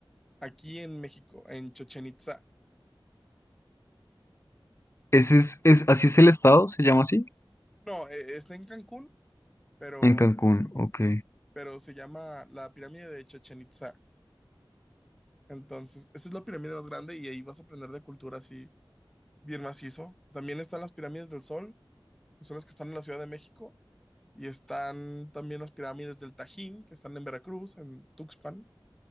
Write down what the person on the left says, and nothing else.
Ese es, es, así es el estado, se llama así.
En Cancún, ok.